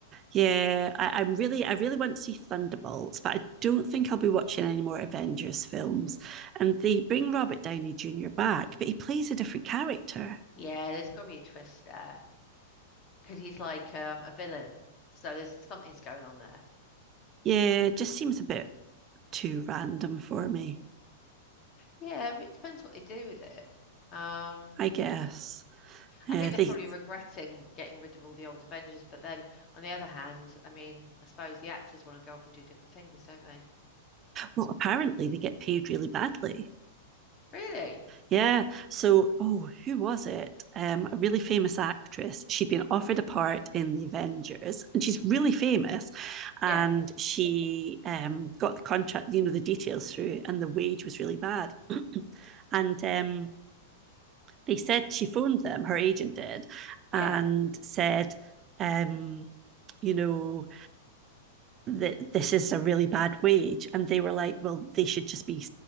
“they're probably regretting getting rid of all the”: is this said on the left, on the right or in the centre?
Left